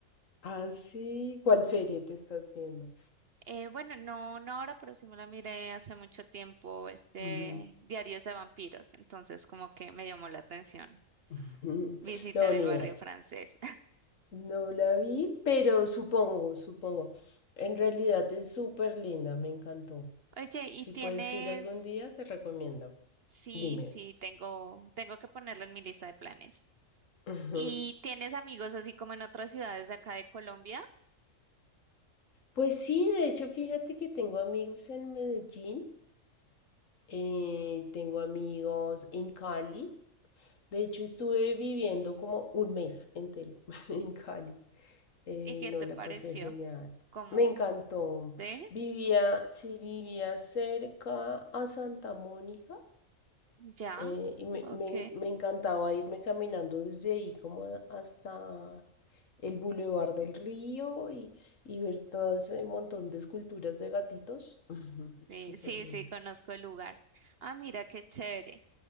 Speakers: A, on the left; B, on the right.
A: Ah, sí. ¿Cuál serie te estás viendo?
B: Eh, bueno, no, no ahora, pero sí me la miré hace mucho tiempo, este
A: Ujú.
B: Diarios de Vampiros, entonces como que me llamó la atención
A: <laughs>
B: visitar
A: No, ni
B: el barrio
A: idea.
B: francés.
A: No la vi, pero supongo, supongo. En realidad es súper linda, me encantó.
B: Oye, ¿y
A: Si
B: tienes?
A: puedes ir algún día, te recomiendo.
B: Sí,
A: Dime.
B: sí, tengo, tengo que ponerlo en mi lista de planes.
A: <laughs>
B: ¿Y tienes amigos así como en otras ciudades de acá de Colombia?
A: Pues sí, de hecho, fíjate que tengo amigos en Medellín, eh, tengo amigos en Cali. De hecho, estuve viviendo como un mes entero <laughs> en Cali. Eh,
B: ¿Y qué
A: no,
B: te
A: la
B: pareció?
A: pasé genial.
B: Como,
A: Me encantó.
B: ¿sí?
A: Vivía, sí, vivía cerca a Santa Mónica
B: ¿Ya?
A: eh, y me,
B: Ok.
A: me en- me encantaba irme caminando desde ahí como a- hasta el Boulevard del Río y, y ver todo ese montón de esculturas de gatitos. <laughs>
B: Sí,
A: Súper
B: sí,
A: lindo.
B: sí, conozco el lugar. Ah, mira, qué chévere.